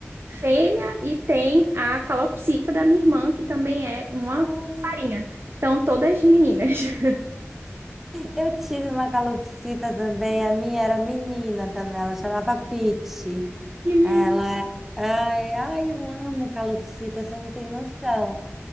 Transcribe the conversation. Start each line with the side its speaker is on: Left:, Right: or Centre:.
Right: fêmea, e tem a calopsita da minha irmã, que também é uma
Centre: Ai,
Right: sarinha. Então, todas meninas. <laughs>
Centre: eu tive uma calopsita também, a minha era menina também, ela chamava Pete.
Right: Que
Centre: Ela, é, ai, ai, eu amo calopsita, você não tem noção.